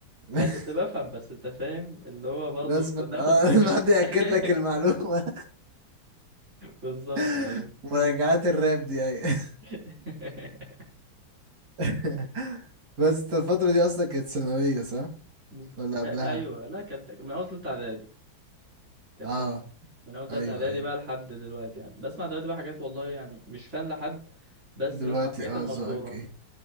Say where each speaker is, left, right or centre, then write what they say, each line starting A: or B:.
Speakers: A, on the right; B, on the right.
A: انا
B: <laughs>
A: كنت بفهم بس انت فاهم اللي هو برضو
B: لازم
A: بناخد
B: اه
A: فكرة
B: لازم حد ياكد
A: <laughs>
B: لك المعلومه
A: بالظبط
B: <laughs>
A: ايوه
B: مراجعات الراب دي ايوه
A: <laughs>
B: <laughs> بس انت الفتره دي اصلا كانت ثانويه صح
A: بز-
B: ولا قبلها
A: ايوه لا كانت من اول تالتة اعدادي كانت
B: اه
A: تالتة من اول تالتة
B: ايوه
A: اعدادي
B: ايوه
A: بقى لحد دلوقتي يعني بسمع دلوقتي بقى حاجات والله يعني مش فان لحد بس
B: دلوقتي
A: بسمع الحاجات
B: اه
A: المشهورة
B: ذوقك ايه